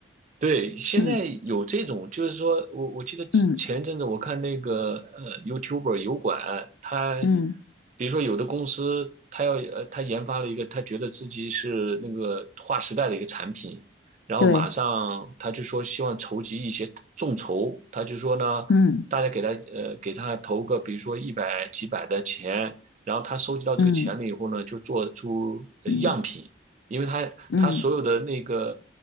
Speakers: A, on the right (about 40°); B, on the left (about 80°).
A: 对，现在有这种，
B: 嗯
A: 就是说我我记得前一阵子我看那个呃
B: 嗯
A: YouTuber 油管，他
B: 嗯，
A: 比如说有的公司他要呃他研发了一个他觉得自己是那个划时代的一个产品，然后马上他就说希望筹集一些众筹，
B: 对，
A: 他就说呢大家给他呃给他投个比如说一百几百的钱，
B: 嗯
A: 然后他收集到这个钱了以后呢就做出呃样品。
B: 嗯嗯
A: 因为他他所有的那个
B: 嗯，